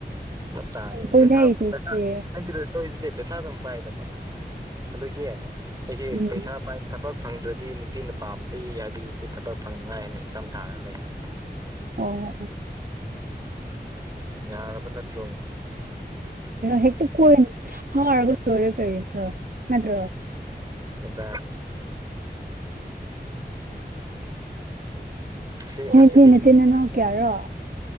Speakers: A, on the right; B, on the right.
A: ꯆꯞ ꯆꯥꯅꯤ
B: ꯀꯣꯏꯅꯩꯗꯨꯗꯤ
A: ꯄꯩꯁꯥ ꯄꯩꯁꯥ ꯍꯥꯏꯁꯤꯗ ꯁꯣꯏꯕꯁꯦ ꯄꯩꯁꯥ ꯑꯗꯨꯝ ꯄꯥꯏꯗꯕ ꯑꯗꯨꯒꯤ ꯑꯩꯁꯤ
B: ꯎꯝ
A: ꯄꯩꯁꯥ ꯄꯥꯏ ꯊꯕꯛ ꯐꯪꯗ꯭ꯔꯗꯤ ꯅꯨꯄꯤꯅ ꯄꯥꯝꯗꯦ ꯍꯥꯏꯕꯤꯔꯤꯁꯤ ꯊꯕꯛ ꯐꯪꯅꯤꯉꯥꯏ ꯍꯥꯏꯅ ꯑꯦꯛꯆꯝ ꯊꯥꯔꯒ ꯂꯩꯕ
B: ꯑꯣ
A: ꯌꯥꯔꯕ ꯅꯠꯇ꯭ꯔꯣ
B: ꯍꯦꯛꯇ ꯀꯣꯏꯅꯤ ꯐꯔꯒ ꯂꯣꯏꯔꯦ ꯀꯩꯅꯣ ꯅꯠꯇ꯭ꯔꯣ
A: ꯑꯗ ꯁꯤ
B: ꯅꯣꯏꯗꯤ
A: ꯉꯁꯤꯗꯤ
B: ꯅꯆꯤꯟ ꯅꯅꯥꯎ ꯀꯌꯥꯔꯣ